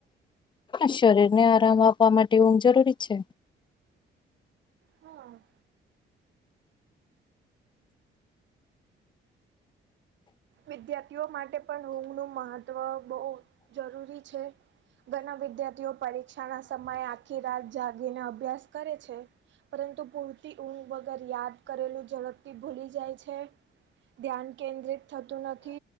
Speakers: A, on the left; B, on the right.
A: શરીર ને આરામ આપવા માટે ઊંઘ જરૂરી છે
B: હા વિદ્યાર્થીઓ માટે પણ ઊંઘનું મહત્વ બહુ જરૂરી છે ઘણા વિદ્યાર્થીઓ પરીક્ષાના સમયે આખી રાત જાગીને અભ્યાસ કરે છે પરંતુ પૂરતી ઊંઘ વગર યાદ કરેલું ઝડપથી ભૂલી જાય છે ધ્યાન કેન્દ્રિત થતું નથી